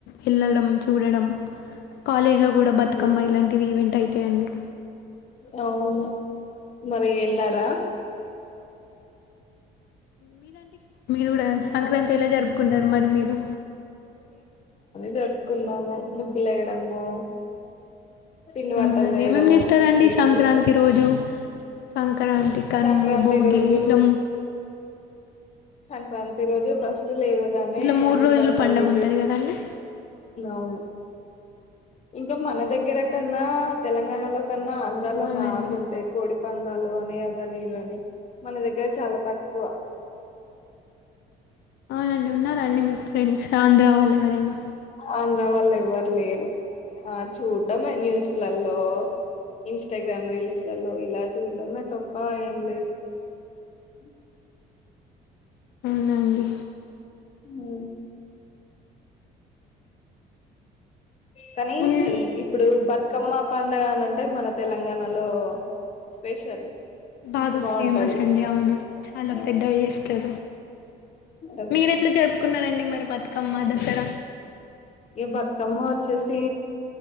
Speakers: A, on the left; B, on the left.
A: వెళ్ళడం చూడడం కాలేజీలో కూడా
B: ఉమ్,
A: బతుకమ్మ ఇలాంటివి ఈవెంట్ అవుతాయం అండి
B: అవును మరి వెళ్లారా
A: మీరంటే మీరు కూడా సంక్రాంతి
B: బ-
A: ఎలా జరుపుకున్నారు మరి మీరు
B: జరుక్కున్నాను ముగ్గులు వేయడము పిండి వంటలు
A: అవునండి
B: చేయడము
A: ఏమేం చేస్తారండి
B: ఇలానే
A: సంక్రాంతి
B: చేస్తాం
A: రోజు సంక్రాంతి కనుము
B: సంక్రాంతి
A: భోగి
B: రోజు
A: ఇట్లా
B: సంక్రాంతి రోజు ఫస్ట్ లేవగానే
A: ఇట్లా మూడు
B: అన్ని
A: రోజులు
B: పనులన్న
A: పండుగ ఉంటది
B: చేస్త
A: కదండి
B: అవును ఇంకా మన దగ్గర కన్నా తెలంగాణలో కన్నా ఆంధ్రాలో
A: అవునండి
B: బాగుంటాయి కోడి పంద్యాలు పంద్యాలు అని అదని ఇద అని మన దగ్గర చాలా తక్కువ
A: ఎవరైనా ఉన్నండి మీకు ఫ్రెండ్స్ ఆంధ్ర వాళ్ళు ఎవరైనా
B: ఆంధ్ర వాళ్ళు ఎవ్వరు లేరు ఆ చూడ్డమే ఫోన్లో ఇన్స్టాగ్రామ్ లో న్యూస్ లో ఇలా చూడడం తప్ప ఏం లేదు ఉ
A: అవునా అండి
B: ఉ కానీ
A: ఉన్
B: ఇప్పుడు బతుకమ్మ పండుగ అంటే మన తెలంగాణలో స్పెషల్
A: బాగా
B: బాగుంటది
A: ఫేమస్ అండి అవును చాలా
B: ఆ
A: పెద్దగా చేస్తారు
B: అదే
A: మీరు ఎట్లా జరుపుకున్నారండి మరి బతుకమ్మ దసరా
B: ఈగా బతుకమ్మ వచ్చేసి